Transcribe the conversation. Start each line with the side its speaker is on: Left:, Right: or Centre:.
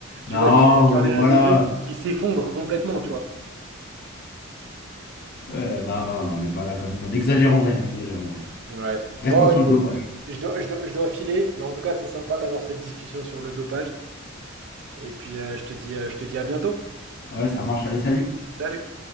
Left: Non,
Right: tu vas
Left: on
Right: jusqu'à ce qu'il
Left: n'en
Right: y en
Left: est
Right: ait
Left: pas
Right: un des
Left: là.
Right: deux qui, qui s'effondre complètement, tu vois.
Left: Ouais, non, non, on n'en est pas là quand même pas. N'exagérons rien, n'exagérons rien.
Right: Ouais.
Left: Restons
Right: Bon,
Left: sur
Right: écoute,
Left: le dopage.
Right: je dois, je dois, je dois filer, mais en tout cas, c'était sympa d'avoir cette discussion sur le dopage. Et puis, euh, je te dis, euh, je te dis à bientôt.
Left: Ouais, ça marche, allez, salut.
Right: Salut!